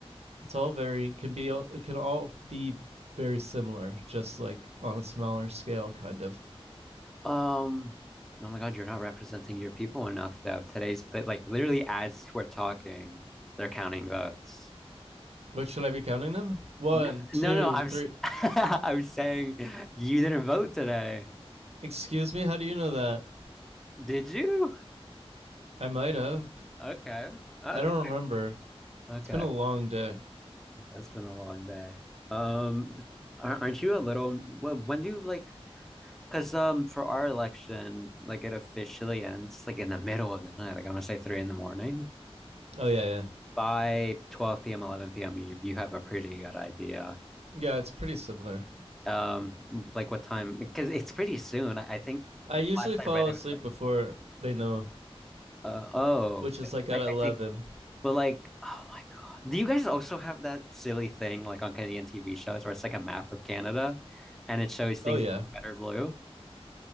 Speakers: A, on the right; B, in the centre.
A: it's all very can be it can all be very similar, just like on a smaller scale, kind of.
B: Um, oh my God, you're not representing your people enough, though. Today's like literally as we're talking, they're counting votes.
A: What should I be counting them? One,
B: No, no,
A: two,
B: no, I was
A: three.
B: <laughs> I was saying you didn't vote today.
A: Excuse me, how do you know that?
B: Did you?
A: I might have.
B: Okay. Okay.
A: I don't remember.
B: Okay.
A: It's been a long day.
B: That's been a long day. Um, ar- aren't you a little wh- when do you like because um for our election, like it officially ends like in the middle of the night, like I want to say three in the morning.
A: Oh yeah, yeah,
B: by 12 p.m., 11 p.m., you, you have a pretty good idea.
A: yeah. It's pretty similar.
B: Um, like what time? Because it's pretty soon. I, I think
A: I usually
B: last
A: fall
B: I read it
A: asleep
B: was like,
A: before they know,
B: uh, oh,
A: which is like at
B: I,
A: eleven.
B: I think, Well, like, oh my God. Do you guys also have that silly thing like on Canadian TV shows where it's like a map of Canada and it shows things
A: Oh yeah,
B: red or blue?